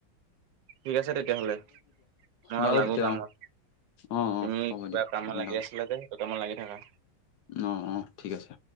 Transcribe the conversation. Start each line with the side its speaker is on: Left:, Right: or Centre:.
Right: ঠিক আছে তেতিয়াহ'লে মই আৰু
Left: বাৰু
Right: লাগো
Left: তেতিয়া
Right: কামত
Left: অ', অ',
Right: তুমি
Left: অ', হ'ব
Right: কিবা
Left: দিয়ক
Right: কামত
Left: আপোনালোকক
Right: লাগি আছিলা যে ত কামত লাগি থাকা
Left: অ অ ঠিক আছে